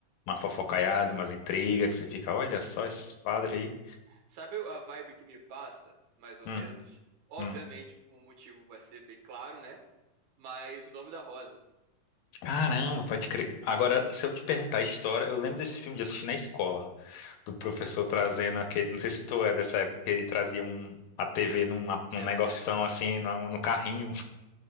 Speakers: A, on the left; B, on the right.
A: uma fofocaiada, umas intrigas, que você fica, olha só esses padres aí.
B: Sabe a vibe que me passa, mais ou
A: Hum.
B: menos? Obviamente,
A: hum.
B: o motivo vai ser bem claro, né? Mas o nome da rosa.
A: Caramba, pode crer. Agora, se eu te perguntar a história, eu lembro desse filme de assistir na escola, do professor
B: Sim.
A: trazendo aquele. Não sei se tu é dessa época que ele trazia um, a TV numa, num
B: Eu-
A: negoção
B: <laughs>
A: assim, no, no carrinho.